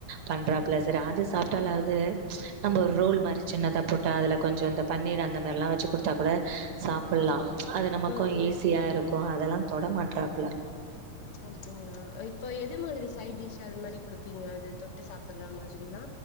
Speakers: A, on the right; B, on the left.
A: பண்றாப்புல சரி அது சாப்ட்டாலாவது நம்ம ஒரு ரோல் மாறி சின்னதா போட்டு அதுல கொஞ்சோ இந்த பன்னீர் அந்த மாறில்லா வச்சு குடுத்தா கூட சாப் புல்லா
B: ஆமா
A: அது நமக்கு
B: ம் ம்
A: ஈஸியா இருக்கு அதெல்லா தொட மாட்றாபுல
B: அப்டிங்களா இப்போ எது மாதிரி சைட் டிஷ் எது மாரி குடுப்பீங்க அது தொட்டு சாப்புற மாதிரினா